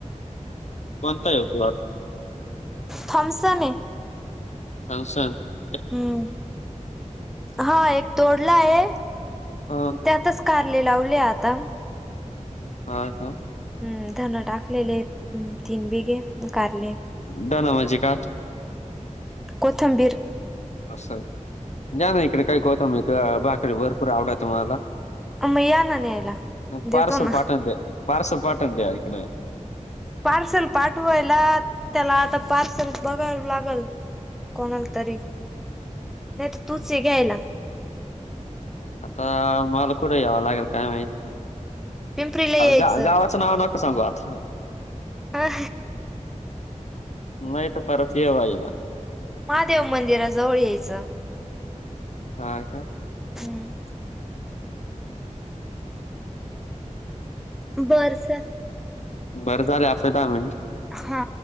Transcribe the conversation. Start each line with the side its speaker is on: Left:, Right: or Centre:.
Left: कोणता आहे प्लॉट
Centre: थमसने आहे.
Left: हां सां <unintelligible>
Centre: हम्म, हा एक तोडला आहे
Left: हा
Centre: त्यात च कारले लावले आता.
Left: हा का?
Centre: हम्म, धन टाकलेले, तीन बिघे कारले
Left: धन म्हणजे का
Centre: कोथंबीर.
Left: असं, दया ना इकडे काही कोथिंबीर बाकरी भरपूर आवडायत मला.
Centre: तुम्ही या ना न्यायला,
Left: पार्सल
Centre: देतो ना.
Left: पाठवून द्या पार्सल पाठवून द्या इकडे.
Centre: पार्सल पाठवायला त्याला आता पार्सल बघाव लागल. कोणाला तरी, नाही तर तूच हे घ्यायला.
Left: आता मला कुठे यावं लागेल. काय माहिती,
Centre: पिंपरीला यायचं
Left: ग -गावाचं नाव नका सांगू आता.
Centre: हा.
Left: नाही तर परत ये व्हाहिला
Centre: महादेव मंदिराजवळ यायचं.
Left: हा का?
Centre: हम्म बरसात <unintelligible>
Left: बरं झाले आपले दहा मिनिट.
Centre: हा.